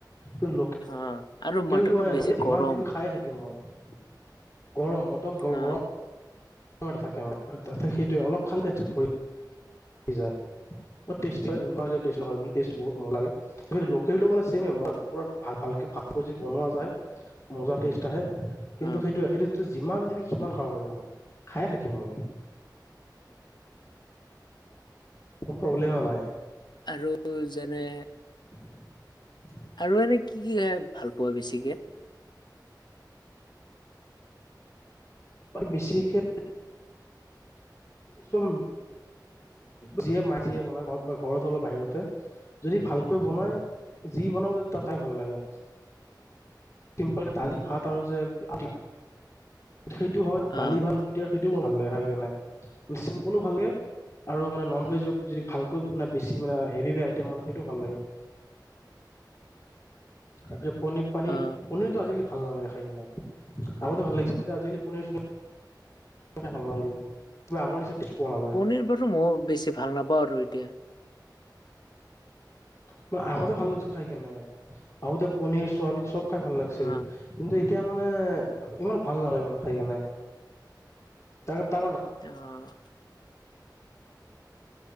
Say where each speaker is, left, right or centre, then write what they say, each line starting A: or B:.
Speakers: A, on the left (about 40°); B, on the left (about 70°).
A: কি লোকেলটো
B: অ আৰু মটনো
A: মানে
B: বেছি
A: যিমান
B: গৰম
A: দিবি খাইয়ে থাকিম মই। গৰম মটন গ <unintelligible>
B: অ
A: <unintelligible> থাকে অ, তাতে সেইটোৱে অলপ খালে পেত চেট ভৰি যায়। বহুত টেষ্ট হয় এনে কোৱা নহয় টেষ্ট নহয় বুলি টেষ্ট বহুত মজা লাগে। লোকেলটো মানে চেমে মই পোৰা ভা-ভালকে ভাত গজি বনোৱা যায়। মজা টেষ্ট আহে কিন্তু
B: অ
A: সেইটোৱে সেইটোতো যিমান দিবি সিমান খাব পাৰিম মই। খায়ে থাকিম মই। মোৰ প্ৰব্লেমে নাই।
B: আৰু যেনে
A: <unintelligible>
B: আৰু এনে কি এ ভাল পোৱা বেছিকে?
A: বেছিকে চব যিয়ে মা যিয়ে বনাই ঘৰ বা ঘৰত হ'লে বাহিৰতে। যদি ভালকৈ বনাই যি বনাব তাতাই ভাল লাগে। চিম্পল কে দালি ভাত আৰু যে আলু সেইটো হয়
B: অ
A: দালি ভাত সেইটো মোৰ ভাল লাগে খাই কেনে চিম্পলো ভালকে। আৰু মানে নন ভেজত যদি ভালকৈ মানে বেছি মানে হেভি হেভি আইটেম মানে সেইটো ভাল লাগে।
B: <inaudible>
A: তাৰপিছত পনীৰ, পানীৰ
B: অ
A: পনিৰতটো আজিকালি ভাল নালাগে খাই কিনে আগতে ভাল লাগিছিল এতিয়া আজিকালি পনীৰ চনীৰ খাই ভাল নালগে কিবা আগৰ নিচিনা টেষ্ট পোৱা নাযায়
B: পনীৰ বাৰু মই বেছি ভাল নাপাওঁ আৰু এতিয়া।
A: মানে আগতে ভাল লাগিছিল খাই কেনে, আগতে পনিৰ চৱাবিন চব খাই ভাল লাগিছিল।
B: অ
A: কিন্তু এতিয়া মানে ইমান ভাল নালাগে মানে খাই কেনে তাৰে তা
B: অ'।